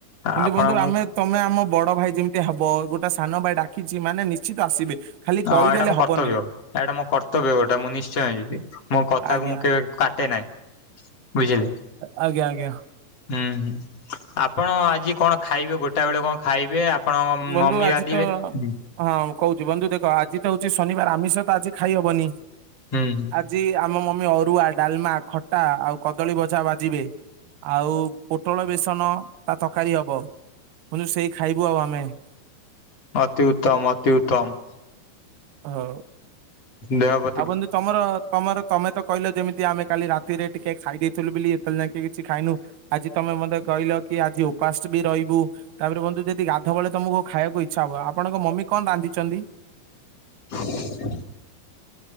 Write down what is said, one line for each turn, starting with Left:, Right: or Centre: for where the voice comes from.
Left: ଆ
Right: କିନ୍ତୁ
Left: ଆପଣ
Right: ବନ୍ଧୁ
Left: ମୁଁ।
Right: ଆମେ ତମେ ଆମ ବଡ ଭାଇ ଯେମିତିଆ ହବ ଗୋଟେ ସାନ ଭାଇ ଡାକିଛି ମାନେ ନିଶ୍ଚିତ ଆସିବେ। ଖାଲି
Left: ହଁ
Right: କହିଦେଲେ
Left: ଏଇଟା ମୋ
Right: ହବନି
Left: କର୍ତ୍ତବ୍ୟ। ଏଇଟା ମୋ କର୍ତ୍ତବ୍ୟ ଗୋଟା ମୁଁ ନିଶ୍ଚୟ ଯିବି ମୋ କଥାକୁ
Right: ଆଜ୍ଞା
Left: ମୁଁ କେବେ କାଟେ ନାହିଁ। ବୁଝିଲେ।
Right: ଆଜ୍ଞା ଆଜ୍ଞା।
Left: ହୁଁ ହୁଁ ଆପଣ ଆଜି କଣ ଖାଇବେ ଗୋଟା ବେଳେ କଣ ଖାଇବେ ଆ ଆପଣଙ୍କ
Right: ବନ୍ଧୁ
Left: ମମି
Right: ଆଜି
Left: ରାନ୍ଧିବେ।
Right: ତ
Left: ହୁଁ
Right: ହଁ କହୁଛି ବନ୍ଧୁ ଦେଖ ଆଜି ତ ହଉଛି ଶନିବାର ଆମିଷ ତ ଆଜି ଖାଇହବନି।
Left: ହୁଁ ହୁଁ।
Right: ଆଜି ଆମ ମମି ଅରୁଆ, ଡାଲମା, ଖଟା ଆଉ କଦଳୀ ଭଜା ଭାଜିବେ। ଆଉ ପୋଟଳ ବେସନ ତା ତରକାରୀ ହବ ବନ୍ଧୁ ସେଇ ଖାଇବୁ ଆଉ ଆମେ। <inaudible>
Left: ଅତି ଉତ୍ତମ ଅତି ଉତ୍ତମ।
Right: ହଉ।
Left: ଦେହ ଭ
Right: ଆଉ ବନ୍ଧୁ ତମର ତମର ତମେ ତ କହିଲ ଯେମିତି ଆମେ କାଲି ରାତିରେ ଟିକେ ଖାଇ ଦେଇଥିଲୁ ବୋଲି ଏତେବେଳେ ଯାଏ କେହି କିଛି ଖାଇନୁ ଆଜି ତମେ ମତେ କହିଲ କି ଆଜି ଉପାଷ୍ଟ ବି ରହିବୁ। ତାପରେ ବନ୍ଧୁ ଯଦି ଗାଧୁଆ ବଳେ ତମକୁ ଖାଇବାକୁ ଇଚ୍ଛା ହବ ଆପଣଙ୍କ ମମି କଣ ରାନ୍ଧିଛନ୍ତି?
Left: <inaudible>